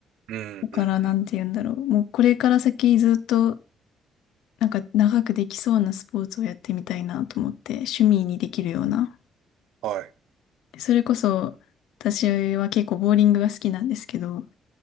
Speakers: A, on the right; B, on the left.
A: うん、
B: だからなんて言うんだろう。
A: うん、
B: もうこれから先ずっと、なんか長くできそうなスポーツをやってみたいなと思って、趣味にできるような。
A: はい、
B: それこそ、私は結構ボーリングが好きなんですけど、